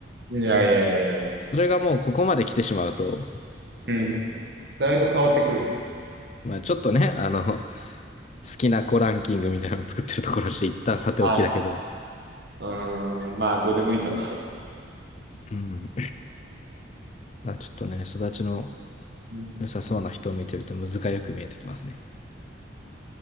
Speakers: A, on the right (about 55°); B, on the left (about 35°).
A: ん。いやいやいやいや。
B: それがもうここまで来てしまうと、
A: うん。だいぶ変わってくる。
B: まあ、ちょっとね、あの、好きな子ランキングみたいなのを作ってるところして、一旦さておきだけど、
A: はいうーん、まあ、どうでもいいかな。
B: うん。まあ、ちょっとね、育ちの
A: うん <laughs>
B: 良さそうな人を見てると、むずがよく見えてきますね。